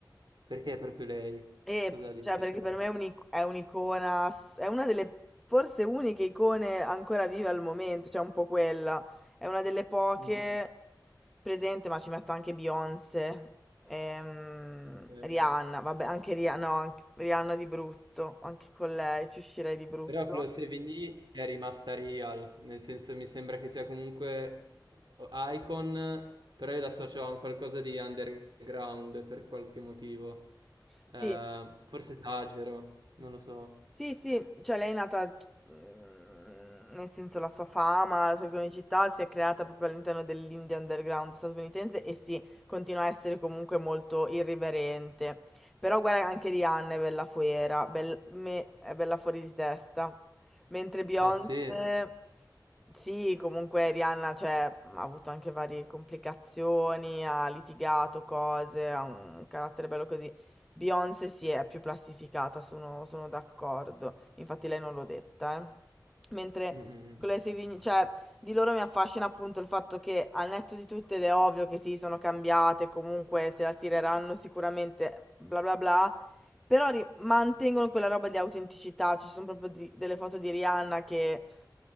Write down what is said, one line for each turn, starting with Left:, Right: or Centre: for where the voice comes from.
Right: Perché proprio lei?
Centre: Eh,
Right: Cos'ha di
Centre: cioè,
Right: speciale?
Centre: perché per me è un'ic- è un'icona, s- è una delle forse uniche icone ancora vive al momento, cioè un po' quella. È una delle poche
Right: Mh,
Centre: presente, ma ci metto anche Beyoncé, ehm,
Right: okay.
Centre: Rihanna, vabbè, anche Rihanna, no, anche- Rihanna di brutto, anche con lei ci uscirei di brutto.
Right: Però Clos et Vigny è rimasta real, nel senso mi sembra che sia comunque o Icon, però io l'associo a un qualcosa di underground per qualche motivo.
Centre: Sì,
Right: Ehm, forse esagero, non lo so.
Centre: Sì, sì, cioè lei è nata, mm, nel senso la sua fama, la sua iconicità si è creata proprio all'interno dell'indie underground statunitense e sì, continua a essere comunque molto irriverente. Però guarda anche Rihanna è bella fuera, bel- me- è bella fuori di testa. Mentre Beyoncé,
Right: Ah sì?
Centre: sì, comunque Rihanna cioè, ha avuto anche varie complicazioni, ha litigato cose, ha un carattere bello così. Beyoncé si è più plastificata, sono, sono d'accordo. Infatti lei non l'ho detta, eh. Mentre
Right: Mh, mh, mh.
Centre: con le Savini, cioè, di loro mi affascina appunto il fatto che al netto di tutto, ed è ovvio che sì, sono cambiate, comunque se la tireranno sicuramente, bla bla bla, però ri- mantengono quella roba di autenticità, ci sono proprio di- delle foto di Rihanna che